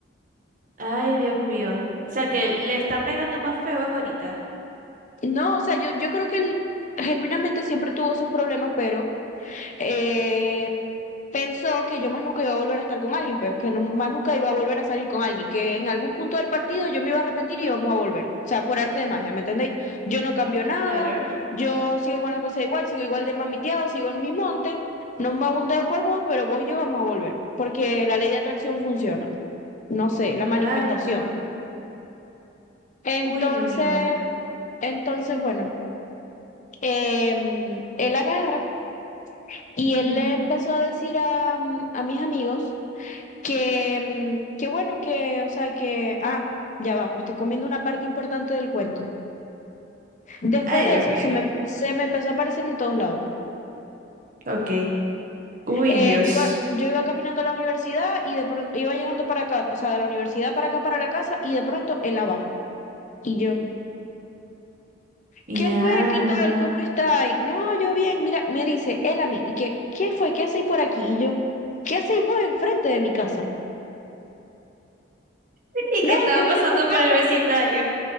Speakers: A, on the right; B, on the left.
A: Ay, Dios mío. O sea que le está pegando más feo es ahorita.
B: No, o sea, yo, yo creo que él genuinamente siempre tuvo esos problemas, pero eh, pensó que yo más nunca iba a volver a estar con alguien, pero que no- más nunca iba a volver a salir con alguien, que en algún punto del partido yo me iba a arrepentir y íbamos a volver. O sea, por arte de magia, ¿me entendéis? Yo no cambio nada,
A: Claro.
B: yo sigo con las cosas igual, sigo igual de mamiteado, sigo en mi monte, no me hago un dedo por vos, pero vos y yo vamos a volver, porque la ley de atracción funciona, no sé, la manifestación.
A: Ay, no.
B: Entonces,
A: Uy, no, mija.
B: entonces, bueno, em, él agarra y
A: Ujú.
B: él le empezó a decir a, a mis amigos Que, mm, que bueno, que, o sea, que, ah, ya va, me estoy comiendo una parte importante del cuento. Después
A: Ay,
B: de
A: Dios
B: eso,
A: mío.
B: se me, se me empezó a aparecer en todos lados.
A: Ok. Uy,
B: Eh,
A: Dios.
B: yo iba, yo iba caminando a la universidad y de pronto iba llegando para acá, o sea, de la universidad para acá, para la casa, y de pronto él abajo. Y yo,
A: Mi
B: ¿qué
A: alma.
B: fue? ¿Qué tal? ¿Cómo está? Y, no, yo bien, mira, me dice él a mí, y que, ¿qué fue? ¿Qué hacéis por aquí? Y yo, ¿qué hacéis vos enfrente de mi casa?
A: <laughs> Y
B: No,
A: que estaba
B: que vine
A: pasando
B: a jugar.
A: por el vecindario.